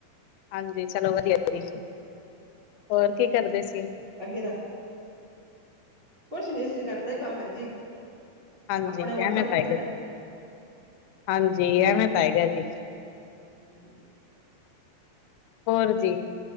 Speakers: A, on the left; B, on the right.
A: ਹਾਂਜੀ। ਚਲੋ ਵਧੀਆ ਜੀ, ਹੋਰ ਕੀ ਕਰਦੇ ਸੀ।
B: ਅੱਗੇ‌ ਤਾ ਕੁਛ ਨੀ ਸੀ ਘਰਦੇ ਕੰਮ ਹੈ ਜੀ।
A: ਹਾਂਜੀ
B: ਆਪਣੇ ਔਰਤਾ
A: ਐਵੇਂ
B: ਨੂੰ
A: ਤਾਂ
B: ਕਿੱਥੇ
A: ਹੈਗਾ
B: ਟਾਈਮ
A: ਹਾਂਜੀ ਐਵੇਂ ਤਾਂ ਹੈਗਾ ਜੀ।
B: ਹੂੰ
A: ਹੋਰ ਜੀ।